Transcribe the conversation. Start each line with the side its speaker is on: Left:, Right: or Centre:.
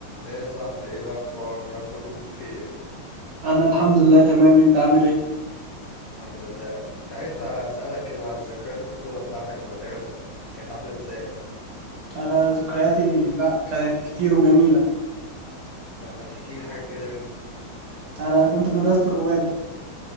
Left: ايه يا صاحبي ايه الاخبار رب تكون بخير
Right: انا الحمد لله تمام انت عامل ايه
Left: الحمد لله كنت عايز اسالك كده على ذكريات الطفوله بتاعتك في المدرسه كانت عامله ازاي
Right: انا ذكرياتي لا كانت كتير وجميله
Left: طب ما تحكي لي حاجه كده منها
Right: انا كنت في مدرسه الرواد